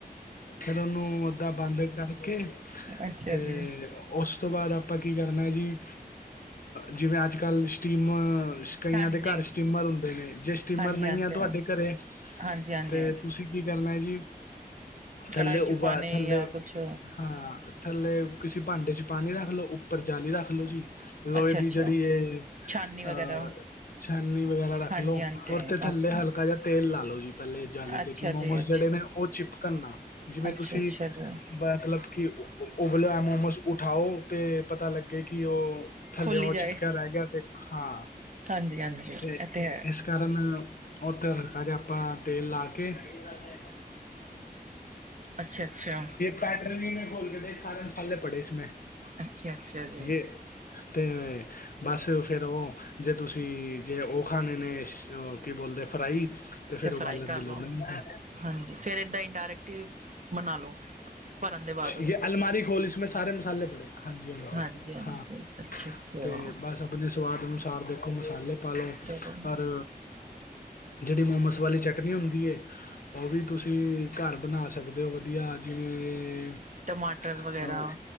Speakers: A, on the left (about 60°); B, on the right (about 50°).
A: ਫੇਰ ਉਹਨੂੰ ਓਦਾਂ ਬੰਦ ਕਰਕੇ
B: ਅੱਛਾ
A: ਤੇ
B: ਜੀ
A: ਉਸ ਤੋਂ ਬਾਅਦ ਆਪਾਂ ਕੀ ਕਰਨਾ ਜੀ ਜਿਵੇਂ ਅੱਜ ਕੱਲ੍ਹ ਸਟੀਮ, ਕਈਆਂ
B: ਹਾਂਜੀ
A: ਦੇ ਘਰ ਸਟੀਮਰ ਹੁੰਦੇ ਨੇ, ਜੇ ਸਟੀਮਰ
B: ਹਾਂਜੀ
A: ਨਹੀਂ
B: ਹਾਂਜੀ
A: ਏ ਤੁਹਾਡੇ ਘਰੇ
B: ਹਾਂਜੀ ਹਾਂਜੀ
A: ਤੇ ਤੁਸੀਂ ਕੀ ਕਰਨਾ ਹੈ ਜੀ ਥੱਲੇ
B: ਕੜਾਹੀ
A: ਉਭਾ
B: ਚ ਪਾਣੇ
A: ਥੱਲੇ
B: ਜਾਂ ਕੁਛ
A: ਹਾਂ, ਥੱਲੇ ਕਿਸੇ ਭਾਂਡੇ ਚ ਪਾਣੀ ਰੱਖ ਲੋ, ਉੱਪਰ ਜਾਲੀ ਰੱਖ ਲੋੋ ਜੀ ਲੋਹੇ
B: ਅੱਛਾ
A: ਦੀ
B: ਅੱਛਾ
A: ਜਿਹੜੀ ਇਹ
B: ਛਾਨਨੀ ਵਗੈਰਾ
A: ਅਹ ਛਾਨੀ ਵਗੈਰਾ ਰੱਖ
B: ਹਾਂਜੀ
A: ਲੋ
B: ਹਾਂਜੀ
A: ੳਰ ਤੇ ਥੱਲੇ
B: ਓਕੇ
A: ਹਲਕਾ ਜਾ, ਤੇਲ ਲਾ ਲਓ ਜੀ ਪਹਿਲੇ ਜਾਲੀ ਤੇ
B: ਅੱਛਾ
A: ਕਿ ਮੋਮੋਸ
B: ਜੀ ਅੱਛਾ
A: ਜਿਹੜੇ ਨੇ ਉਹ ਚਿਪਕਨ ਨਾ ਜਿਵੇਂ
B: ਅੱਛਾ
A: ਤੁਸੀਂ
B: ਅੱਛਾ ਜੀ
A: ਮਤਲਬ ਕੀ ੳ ਉਬਲਿਆ ਮੋਮੋਸ ਉਠਾਓ ਤੇ ਪਤਾ ਲੱਗੇ ਕਿ ਉਹ ਥੱਲੇਓ
B: ਖੋਲੀ
A: ਓ ਚਿਪਕਿਆ
B: ਜਾਏ
A: ਰਹਿ ਗਿਆ ਤੇ ਹਾਂ
B: ਹਾਂਜੀ ਹਾਂਜੀ ਇਹ
A: ਤੇ
B: ਹੈ
A: ਇਸ ਕਰਨ ਰਨ ਓਥੇ ਸਾਰੇ ਆਪਾਂ ਤੇਲ ਲਾ ਕੇ <unintelligible> <inaudible>
B: ਅੱਛਾ ਅੱਛਾ।
A: ਪੈਟਰਨੀ ਮੇ ਖੋਲ ਕੇ ਦੇਖ ਸਾਰੇ ਮਸਾਲੇ ਪੜੇ ਇਸਮੇ
B: ਅੱਛਾ-ਅੱਛਾ ਜੀ
A: ਯੇ ਤੇ ਬਸ ਫੇਰ ਓਹ ਜੇ ਤੁਸੀ ਜੇ ਓਹ ਖਾਨੇ ਨੇ ਕੀ ਬੋਲਦੇ ਫਰਾਈ। ਫੇਰ
B: ਤੇ
A: ਉਬਾਲਣ
B: ਫਰਾਈ ਕਰ
A: ਦੀ ਲੋੜ
B: ਲਓ।
A: ਨੀ ਹੈ
B: ਹਾਂਜੀ ਫੇਰ ਏਦਾਂ ਈ ਡਾਇਰੈਕਟ ਫੇਰ ਬਨਾ ਲੋ ਭਰਨ ਦੇ ਬਾਦ।
A: ਯੇ ਅਲਮਾਰੀ ਖੋਲ ਇਸਮੇ ਸਾਰੇ ਮਸਾਲੇ ਪੜੇ। ਹਾਂਜੀ ਹਾਂਜੀ
B: ਹਾਂਜੀ-ਹਾਂਜੀ
A: ਹਾਂ
B: ਅੱਛਾ-ਅੱਛਾ
A: ਤੇ ਬਸ ਅਪਨੇ ਸਵਾਦ ਅਨੁਸਾਰ ਦੇਖੋ ਮਸਾਲੇ ਪਾ ਲਓ।
B: ਚਲੋ
A: ਅਰ ਜਿਹੜੀ ਮੋਮੋਸ ਵਾਲੀ ਚਟਨੀ ਹੁੰਦੀ ਏ ੳਹ ਵੀ ਤੁਸੀਂ ਘਰ ਬਨਾ ਸਕਦੇ ਓ ਵਧੀਆ ਜਿਵੇਂ ਅ
B: ਟਮਾਟਰ ਵਗੈਰਾ